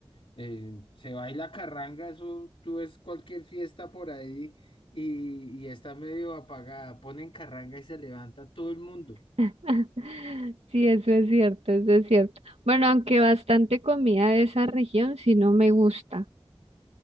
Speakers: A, on the left; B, on the right.
A: Eh, se baila carranga, eso tú ves cualquier fiesta por ahí y, y está medio apagada. Ponen carranga y se levanta todo el mundo,
B: <laughs> Sí, eso es cierto, eso es cierto. Bueno, aunque bastante comida de esa región sí no me gusta.